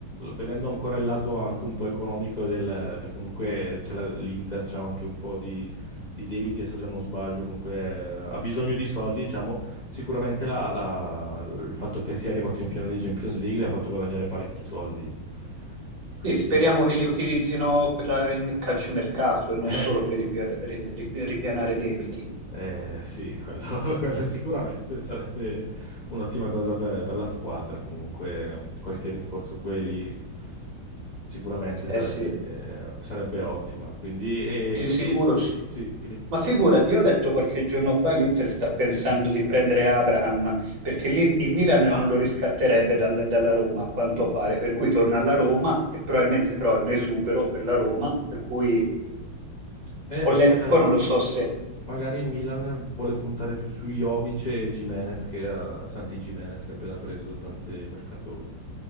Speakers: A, on the left; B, on the right.
A: vedendo ancora il lato anche un po' economico del, perché comunque c'è la- l'Inter c'ha anche un po' di, di debiti, adesso se non sbaglio, comunque eh, ha bisogno di soldi, diciamo, sicuramente la- la- il fatto che sia arrivato in finale di Champions League gli ha fatto guadagnare parecchi soldi. E quindi...
B: Sì, speriamo che li utilizzino per la, nel calciomercato e non
A: Eh.
B: solo per ripi- ri- ripianare debiti.
A: Eh, sì, quello, <laughs> quello sicuramente sarebbe un'ottima cosa per, per la squadra. Comunque, mm, qualche rinforzo qui e lì sicuramente
B: Eh
A: sarebbe,
B: sì,
A: eh, sarebbe ottima. Quindi, e
B: Di
A: quindi,
B: sicuro sì.
A: sì, dimmi.
B: Ma figurati, io ho letto qualche giorno fa l'Inter sta pensando di prendere Abraham perché l'In- il Milan non
A: Ah,
B: lo riscatterebbe dal- dalla Roma, a quanto pare, per cui torna alla Roma e probabilmente però è un esubero per la Roma, per cui
A: eh,
B: ho
A: perché
B: letto,
A: ma-
B: poi non lo so se,
A: magari il Milan vuole puntare più su Jovic e Gimenez che a Santi Gimenez che ha appena preso durante il mercato,